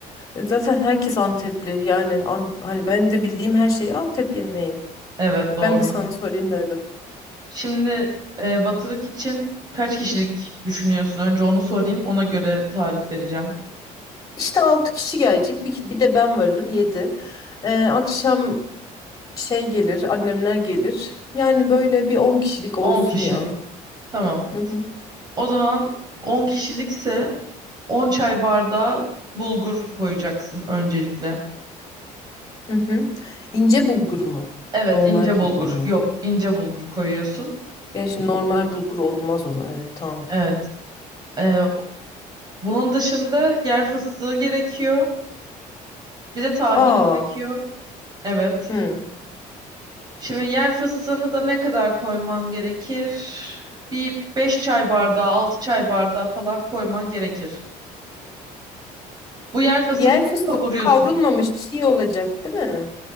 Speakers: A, on the left; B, on the right.
A: E, Zaten herkes Antepli. Yani an- hani ben de bildiğim her şey Antep yemeği.
B: Evet doğru.
A: Ben de sana sorayım dedim.
B: Şimdi e, batırık için kaç kişilik düşünüyorsun? Önce onu sorayım. Ona göre tarif vereceğim.
A: İşte 6 kişi gelecek. Bir, bir de ben varım 7. akşam şey gelir, annemler gelir. Yani böyle bir 10 kişilik olsun
B: 10 kişilik.
A: ya.
B: Tamam.
A: Hı hı,
B: O zaman 10 kişilikse 10 çay bardağı bulgur koyacaksın öncelikle.
A: hı hı. İnce bulgur mu?
B: Evet,
A: Normal
B: ince
A: bulgur
B: bulgur.
A: mu?
B: Yok, ince bulgur koyuyorsun.
A: Ya şimdi normal bulgur olmaz ona. Evet tamam.
B: Evet. e, bunun dışında yer fıstığı gerekiyor. Bir de tahin
A: Aa,
B: gerekiyor. Evet.
A: hı.
B: Şimdi yer fıstığını da ne kadar koyman gerekir? Bir 5 çay bardağı, 6 çay bardağı falan koyman gerekir. Bu yer fıstıklarını
A: Yer fıstığı
B: kavuruyorsun.
A: kavrulmamış çiğ olacak değil mi?